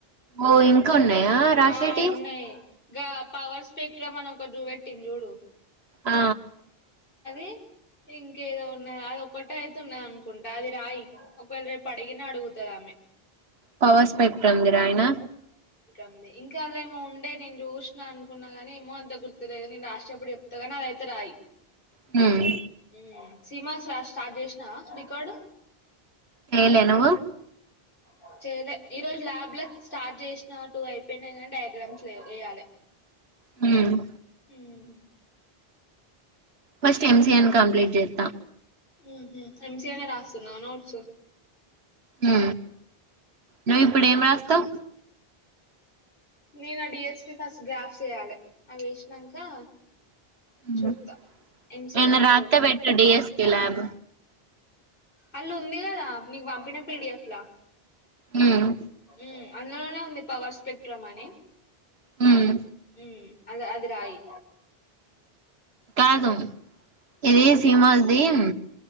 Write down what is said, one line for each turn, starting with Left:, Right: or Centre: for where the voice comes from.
Right: ఓ ఇంకా ఉన్నాయా రాషెటివి?
Left: ఆ ఉన్నాయి గా పవర్ స్పెక్ట్రమ్ అని ఒకట్ చూబెట్టింది జూడు
Right: ఆ
Left: ఏ ఇంకేదో ఉన్నా అది ఒకటే అయితే ఉన్నది అనుకుంటా అది రాయి ఒకవేళ రేపు అడిగిన అడుగుతది ఆమె
Right: పవర్ స్పెక్ట్రమ్ ది రాయ్నా?
Left: ఉంది ఇంకా ఏమో ఉండే నేను చూస్నా అన్కున్నా కానీ ఏమో అంత గుర్తులేదు నేను రాసేటప్పుడు చెప్తాగాని అదైతే రాయి
Right: హ్మ్
Left: హ్మ్. సీమాస్ రాజ్ స్టార్ట్ చేసినావా రికార్డు
Right: చేయ్లే నువ్వు
Left: అ చేయ్లే ఈరోజు ల్యాబ్ల స్టార్ట్ చేసినా టూ ఐపోయ్నా కానీ డయాగ్రామ్స్ లేవ్ వెయ్యాలె
Right: హుమ్
Left: ఉమ్
Right: ఫస్ట్ ఎంసీఎన్ కంప్లీట్ చేత్తా.
Left: మ్ హు ఎంసీయేనే రాస్తున్నావా నోట్స్
Right: ఉ. నువ్వు ఇప్పుడు ఏం రాస్తావ్?
Left: నేను ఆ డిఎస్పి ఫస్ట్ గ్రాఫ్స్ వెయ్యాలె అవి వేస్నంకా
Right: హ్మ్
Left: చూత్తా ఎంసిన్
Right: ఏమన్నా
Left: ఐపో
Right: రాత్తే పెట్టు డిఎస్పి ల్యాబ్
Left: అల్లు ఉంది కదా నీకు పంపిన పీడిఎఫ్లా
Right: ఉమ్
Left: మ్ అందులోనే ఉంది పవర్ స్పెక్ట్రమ్ అని
Right: హ్మ్
Left: ఉమ్ అలె అది రాయి
Right: కాదు ఇది సీమద్దీన్